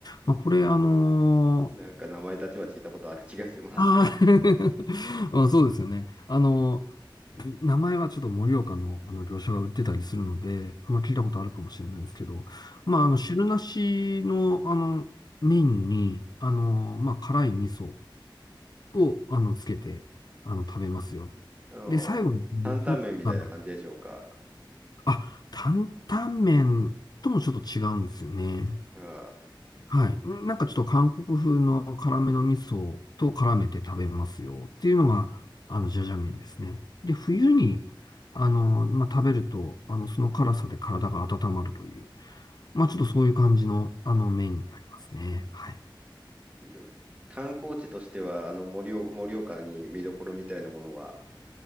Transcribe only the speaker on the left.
まあ、これ、あの
あー <laughs> あうんそうですよね。あの、名前はちょっと盛岡の、あの業者が売ってたりするので、あの聞いたことあるかもしれないですけど、まあ、あの、汁なしの、あの、麺に、あの、まあ、辛い味噌を、あの、つけて、あの、食べますよ。
で、最後に残ったの、
あ、担々麺ともちょっと違うんですよね。
はい。なんかちょっと韓国風の辛めの味噌と絡めて食べますよっていうのが、あの、ジャジャ麺ですね。で、冬に、あの、まあ、食べると、あの、その辛さで体が温まるという、まあ、ちょっとそういう感じの、あの、麺になりますね。はい。